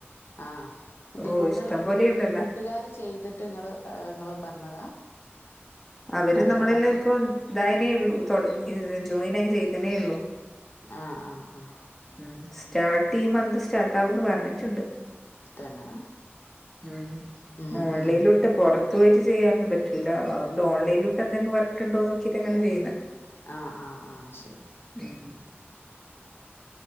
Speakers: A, on the left; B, in the centre.
A: ആഹ് ഇത്
B: ഓഹ്
A: കൂടള്ള
B: ഇഷ്ടം പോലെ ഉണ്ടല്ലോ
A: കൂട്ടുകാർ ചെയ്തിട്ട് നിങ്ങളെ നിങ്ങളെ പറഞ്ഞതാ
B: അവര്
A: നല്ലതാന്ന്
B: നമ്മളെല്ലാം പ്പൊ ഇതായനേ ഉള്ളു തുടങ്ങി ജോയിൻ ആയി ചെയ്തനേ ഉള്ളു
A: ആഹ് ആഹ് ആഹ്.
B: ഉം സ്റ്റാർട്ട് ഈ മന്ത് സ്റ്റാർട്ടാകുന്ന് പറഞ്ഞിട്ടുണ്ട്
A: തന്നെ
B: മ്
A: ഉം
B: ഓൺലൈനിലുട്ട്
A: ഉം
B: പൊറ ക്ക്പോയിട്ട് ചെയ്യാനൊന്നും പറ്റൂല്ല അതുകൊണ്ട് ഓൺലൈനിലൂട്ടെന്തെങ്കു വർക്ക്ണ്ടോ നോക്കിട്ടങ്ങനെ ചെയ്യ്ന്നെ.
A: ആഹ് ആഹ് ആഹ് ശരി
B: ഉം